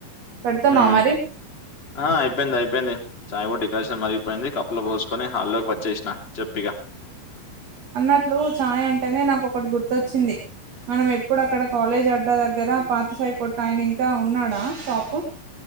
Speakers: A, on the right; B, on the left.
A: పెడుతున్నావ
B: మ్
A: మరి
B: అ అయిపోయింది అయిపోయింది చాయ కూడా డెకరేషన్ మరి పోయింది కప్పుల పోసుకొని హాల్లోకి వచ్చేసిన చెప్పిగా
A: అన్నట్లు ఛాయ్ అంటేనే నాకొటి గుర్తొచ్చింది మనం ఎప్పుడు అక్కడ కాలేజ్ అడ్డ దగ్గర పాత షాప్ కొట్టాయన ఇంకా ఉన్నాడా షాపు